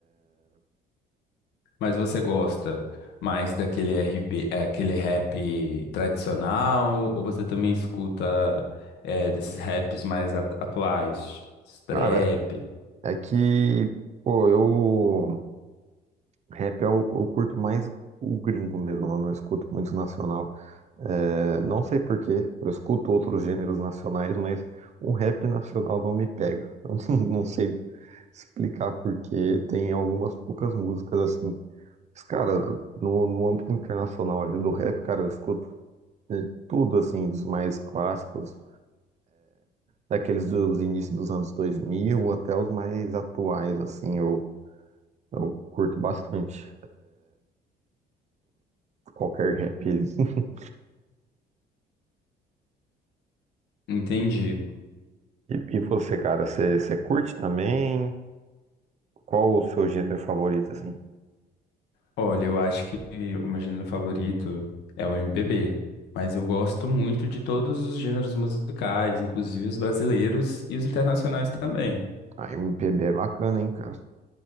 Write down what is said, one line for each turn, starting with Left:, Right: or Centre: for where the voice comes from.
Left: Mas você gosta mais daquele RB, eh, aquele rap tradicional, ou você também escuta eh, desses raps mais at- atuais? Trap?
Right: Cara, é que, pô, eu. Rap é o, eu curto mais o gringo mesmo, eu não escuto muito nacional. É, não sei por quê, eu escuto outros gêneros nacionais, mas o rap nacional não me pega. <laughs> Eu não não sei explicar por quê, tem algumas poucas músicas assim. Mas, cara, no, no âmbito internacional ali do rap, cara, eu escuto de tudo, assim, dos mais clássicos. daqueles dos inícios dos anos 2000 até os mais atuais, assim, eu, eu curto bastante qualquer rap ali. <laughs>
Left: Entendi.
Right: E, e você, cara, você você curte também? Qual o seu gênero favorito, assim?
Left: Olha, eu acho que o meu gênero favorito é o MPB, mas eu gosto muito de todos os gêneros musicais, inclusive os brasileiros e os internacionais também.
Right: A MPB é bacana, hein, cara?